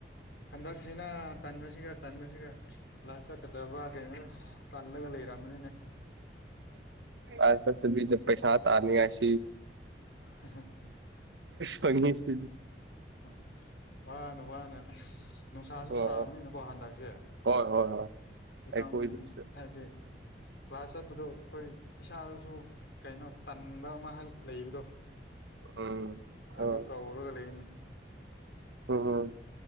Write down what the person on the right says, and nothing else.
ꯑꯁ ꯊ ꯄꯩꯁꯥꯗ ꯑꯅꯤ ꯑꯁꯤ
ꯐꯪꯅꯤꯁꯤ
ꯍꯣꯏ
ꯍꯣꯏ ꯍꯣꯏ ꯍꯣꯏ
ꯑꯩꯈꯣꯏꯗꯁꯨ
ꯎꯝ ꯑꯣ
ꯎꯝ ꯎꯝ